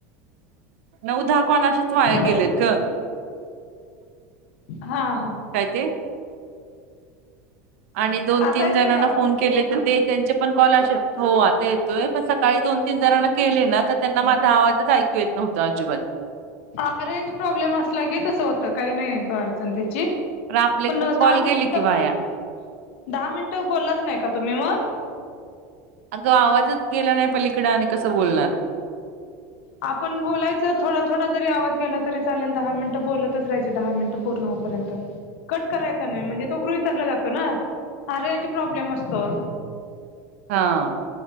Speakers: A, on the right; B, on the left.
A: नउ दहा कॉल असेच वाया गेलेत
B: हा
A: ग.
B: हा.
A: काय ते? आणि दोन
B: आता
A: तीन
B: येतोय
A: जणांना
B: का आवाज
A: फोन केले तर ते- त्यांचे पण कॉल असेच. हो आता येतोय. पण सकाळी दोन तीन जणांना केले ना तर - त्यांना माझा आवाजाच ऐकू येत नव्हता अजिबात.
B: हा रेंज प्रॉब्लेम असला की तसं होतं. काही नाही येत हो अडचण त्याची.
A: प आपले
B: पण
A: खूप
B: दहा
A: कॉल
B: मिनिट
A: गेले कि वाया.
B: दहा मिनिटं बोलत नाही का तुम्ही मग?
A: अगं, आवाजच गेला नाही पलीकड आणि कसं बोलणार?
B: आपण बोलायचं. थोडा थोडा जरी आवाज गेला तरी चालेल. दहा मिनटं बोलतच राहायच. दहा मिनिट- पूर्ण होईपर्यंत. कट करायचा नाही म्हणजे तो गृहित धरला जातो ना? हा रेंज प्रॉब्लेम असतो.
A: हं.